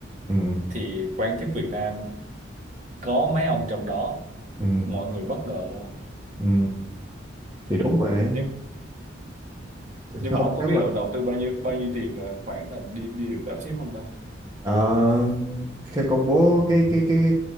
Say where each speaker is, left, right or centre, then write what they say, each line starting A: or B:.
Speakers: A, on the right; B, on the right.
A: ừ
B: thì quan chức Việt Nam có mấy ông trong đó
A: ừ
B: mọi người bất ngờ luôn
A: ừ
B: ừ.
A: thì đúng mà
B: Nếu- nhưng
A: không
B: mà ông có
A: nếu
B: biết
A: mà
B: là đầu tư bao nhiêu bao nhiêu tiền là khoảng là đi đi được đảo ship không ta
A: ờ, theo công bố cái cái cái